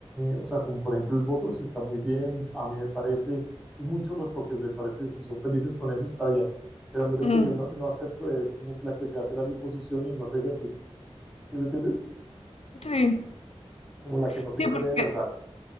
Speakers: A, in the centre; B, on the left.
A: o sea, como por ejemplo el Botox está muy bien, a mí me parece, y muchos retoques me parece, si son felices con eso está bien, pero a mí lo
B: mm,
A: que yo no, no acepto es como la que se hace la liposucción y no hace ejercicio, ¿sí me entiendes?
B: sí,
A: Como la que no
B: sí,
A: se quiere
B: porque,
A: de verdad.